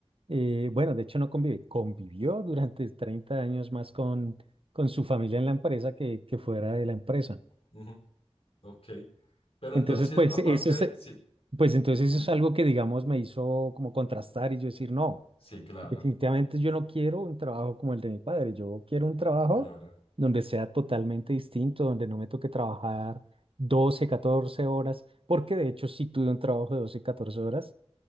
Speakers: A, on the right (about 60°); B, on the left (about 65°).
A: eh, bueno, de hecho no convive, convivió durante 30 años más con, con su familia en la empresa que, que fuera de la empresa.
B: Ujú, ok. Pero
A: Entonces,
B: entonces,
A: pues
B: aparte,
A: eso es,
B: de- sí,
A: pues entonces
B: dime.
A: eso es algo que, digamos, me hizo como contrastar y yo decir, no,
B: Sí, claro,
A: definitivamente yo no quiero un trabajo como el de mi padre, yo quiero un trabajo
B: claro.
A: donde sea totalmente distinto, donde no me toque trabajar 12, 14 horas, porque de hecho sí tuve un trabajo de 12, y 14 horas,